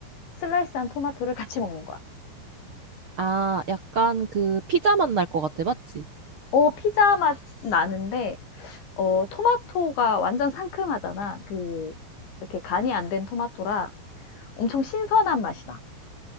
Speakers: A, on the left; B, on the right.
A: 슬라이스한 토마토를 같이 먹는 거야.
B: 아, 약간 그 피자 맛날 것 같아. 맞지?
A: 어, 피자 맛 나는데, 어, 토마토가 완전 상큼하잖아. 그, 이렇게 간이 안 된 토마토라 엄청 신선한 맛이다.